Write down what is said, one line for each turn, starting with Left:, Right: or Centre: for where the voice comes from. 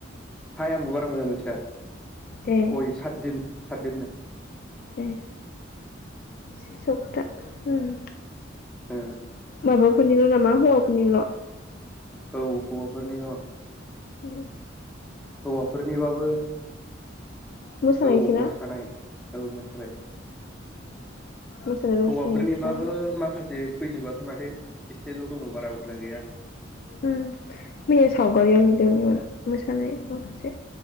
Centre: थाय आंबो बारा मोजां मोनथिया
Left: ए
Centre: सय सात दिन साददिननो
Left: ए से सबता ओम
Centre: हो
Left: माबाफोरनिल' नामा हौवाफोरनिल'
Centre: औ हौवाफोरनिल'
Left: उम
Centre: हौवाफोरनिबाबो
Left: मोसानायसोना
Centre: औ मोसानाय। औ मोसानाय।
Left: मोसानो रोंसिगोन
Centre: हौवाफोरनिबाबो
Left: नोंसोरा मालाय
Centre: माखासे फैजोबाखै माथो एसेल' दङ बारा बुरजा गैया।
Left: उम मैया सावगारियाव नुदोंमोन मोसानाय माखासे।